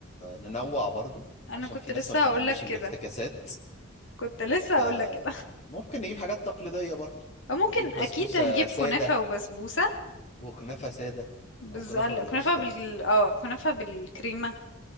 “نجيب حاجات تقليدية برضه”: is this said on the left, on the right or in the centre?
Left